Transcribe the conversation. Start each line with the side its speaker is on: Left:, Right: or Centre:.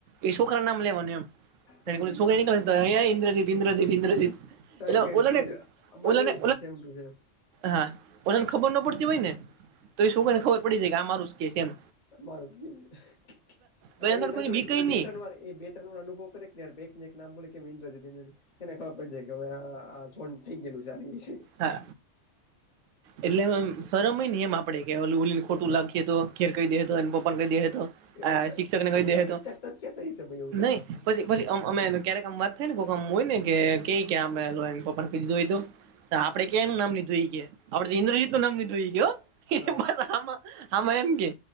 Right: એ છોકરા નામ લેવાનું એમ- <unintelligible>
Left: સમજી
Right: ન્દ્રજી
Left: ગયા
Right: ઇન્દ્રજીત
Left: ચાય
Right: એટલે
Left: કરીને
Right: ઓલાને
Left: ખીજવે અમારે
Right: ઓલાને
Left: એવું જ હતું સેમ ટુ સેમ
Right: હા. કોને ખબર ના પડતી હોય ને તો એ શું કોને ખબર પડી જાય કે આમારું કે છે એમ.
Left: મારું એટલે
Right: એની અંદર
Left: એ નજીક
Right: કોઈની બીક
Left: એ
Right: ય નહી
Left: બે ત્રણ વાર એ બે અનુભવ ને બેને એક નામો કે ઇન્દ્ર <unintelligible> એને ખબર પડી જાય કે હવે આ થોડ થઈ ગયેલુ છે આની વિશે.
Right: હા એટલે શર્મ હોય ને એમ આપડે કે ઓલું ઓલીને ખોટું
Left: હા
Right: લખીએ તો. ઘેર કહી દે તો એ, પપ્પા ને કહી દે તો,
Left: એવું કઈ
Right: શિક્ષક ને
Left: એવું
Right: કહી
Left: ક્યાં
Right: દે
Left: વિચારતા
Right: તો
Left: જ ક્યાં થઈ છે ભાઈ એવું કઈ
Right: નહી. પછી પછી અમે ક્યારેક અમ વાત થાય ને કોઈક હોય ને કે કઈ પપ્પા ક્યાંપ દીધું હોય તો. આપણે ક્યા એનું નામ લીધુ ઈ કે આપડે ઇન્દ્રજીત
Left: હા
Right: નું નામ લીધુ એ કે
Left: હા
Right: પછી આમા. હામાં એમ કે